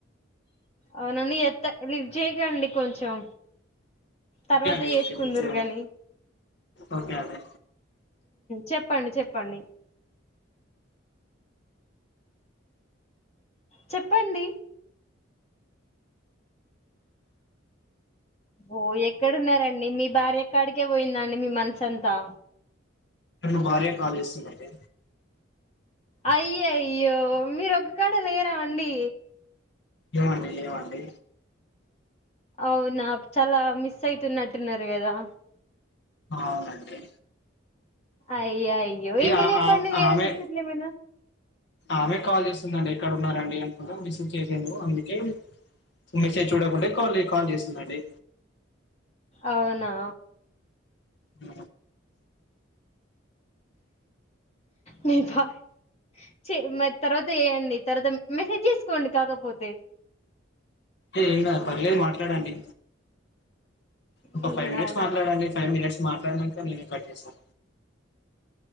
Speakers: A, on the left; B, on the left.
A: అవునండి ఎత్త లిఫ్ చేయకండి కొంచెం తర్వాత
B: ఓకే అండి
A: చేసుకుందురు
B: ఓకే లిఫ్ట్ చేయను
A: గాని
B: ఓకే అండి
A: చెప్పండి చెప్పండి చెప్పండి ఓ ఎక్కడున్నారండి మీ భార్యకడికే పోయిందండి మీ మనసుంతా
B: మా భార్యే కాల్ చేస్తుందండి
A: అయ్యయ్యో మీరు ఒక్కకాడ లేరా అండి
B: లేమండి లేమండి
A: అవునా చాలా మిస్ అయితున్నట్టున్నారు కదా
B: ఆ అవునండి
A: అయ్య య్యో
B: ఇగ
A: ఇంకా
B: ఆ
A: చెప్పండి
B: ఆ-
A: వేరే
B: ఆమె
A: ముచ్చట్లేమైనా
B: ఆమె కాల్ చేస్తుందండి ఎక్కడ ఉన్నారండి అనుకుంట మెస్సేజ్ చేసిండు అందుకే మెసేజ్ చూడకుంటే కాల్ కాల్ చేసిందండి
A: అవునా
B: అ
A: మ తర్వాత చెయండి తర్వాత మెసేజ్ చేసుకోండి కాకపోతే
B: ఏ ఏం కాదు పర్లేదు మాట్లాడండి ఒక
A: హ్మ్.
B: ఫైవ్ మినిట్స్
A: అవునా
B: మాట్లాడండి ఫైవ్ మినిట్స్ మాట్లాడినంక నేనే కట్ చేస్తా